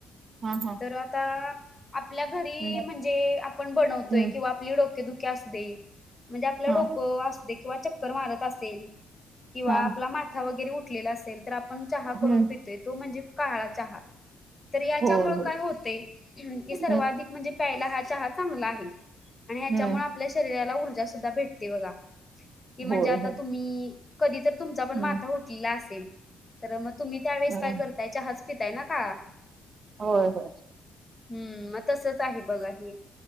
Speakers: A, on the right (about 45°); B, on the left (about 25°).
A: हा हा.
B: आपल्या घरी
A: हम्म
B: म्हणजे आप बनतोय
A: हम्म
B: किंवा आपले डोके दुके असू दे म्हणजे आपलं
A: हा
B: डोकं असू दे किंवा चक्कर मारत असेल. किंवा
A: हा
B: आपला माथा वगैरे उठलेला असेल तर आपण चहा करून
A: हम्म
B: पितोय तो म्हणजे काळा चहा तर याच्यामुळे
A: होय होय
B: काय होते की सर्वाधिक
A: हम्म
B: म्हणजे प्यायला हा चहा चांगला आहे. आणि हच्यामुळे
A: हम्म
B: आपल्या शरीराला ऊर्जा सुद्धा भेटते बघा. कि म्हणजे
A: होय
B: आता
A: होय
B: तुम्ही कधीतरी तुमचा पण
A: हम्म
B: माथा होटलेला असेल. तर मग तुम्ही त्यावेेळेस
A: हम्म
B: काय करताय च हच पिताय ना. काळा
A: होय हो.
B: हम्म मग तसच आहे बघा हे